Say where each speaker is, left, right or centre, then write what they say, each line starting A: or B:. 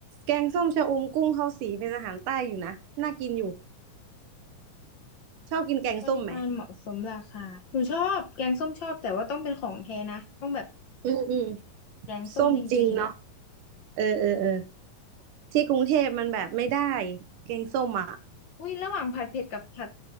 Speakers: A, on the right; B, on the left.
A: แกงส้มชะอมกุ้งข้าวสีเป็นอาหารใต้อยู่นะ น่ากินอยู่ชอบกินแกงส้มไหม
B: ปริมาณเหมาะสมราคาหนูชอบแกงส้มชอบแต่ว่าต้องเป็นของแท้นะต้องแบบ
A: อืมอืม
B: แกงส้มจริงๆอ่ะ
A: ส้มจริงเนาะเออเออเออ ที่กรุงเทพมันแบบไม่ได้แกงส้มอ่ะ
B: อุ้ยระหว่างผัดเผ็ดกับผัด